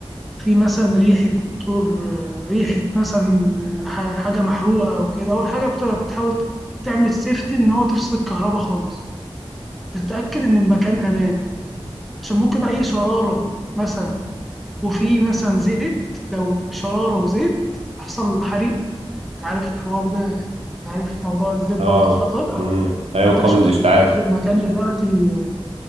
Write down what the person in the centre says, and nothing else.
في مثلا ريحة موتور آه، ريحة مثلا ح- حاجة محروقة أو كده أول حاجة بت- بتحاول تعمل السيفتي إن هو تفصل الكهرباء خالص تتأكد إن المكان أمان عشان ممكن أي شرارة مثلا وفي مثلا زيت لو شرارة وزيت يحصل حريقة أنت عارف الحوار ده يعني أنت عارف موضوع الزيت برضه
خطر
فأنت
مش
متأكد المكان دلوقتي